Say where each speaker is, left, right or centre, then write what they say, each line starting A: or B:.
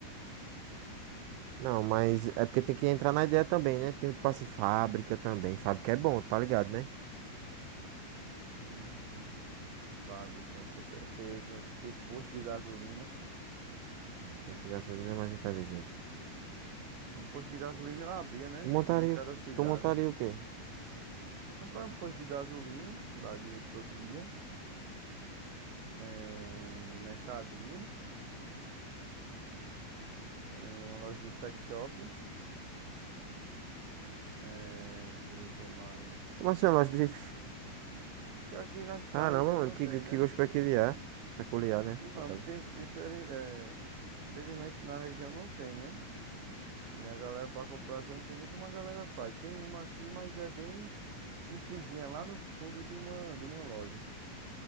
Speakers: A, on the right (about 80°); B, on the right (about 60°).
A: Não, mas é porque tem que entrar na ideia também, né? Tem o passe fábrica também. Fábrica é bom, tá ligado, né?
B: Hum, fábrica, com certeza. Ter posto de gasolina.
A: É, posto de gasolina é mais inteligente.
B: Um posto de gasolina eu abria, né?
A: Tu montaria,
B: Um em cada
A: o-
B: cidade.
A: tu montaria o quê?
B: Rapaz, um posto de gasolina, dá dinheiro todo dia. É, mercadinho. É, uma loja de sex shop. É, deixa eu ver o que mais.
A: Como assim, uma loja de.
B: Porque aqui na, na
A: Caramba,
B: região
A: mano,
B: não
A: que,
B: tem, né?
A: que gosto peculiar. Peculiar, né?
B: Não,
A: No caso.
B: porque infeliz- é, infelizmente na região não tem, né? E a galera pra comprar, assim, eu não sei nem como a galera faz. Tem uma aqui, mas é bem simplesinha, lá no fundo de uma, de uma loja.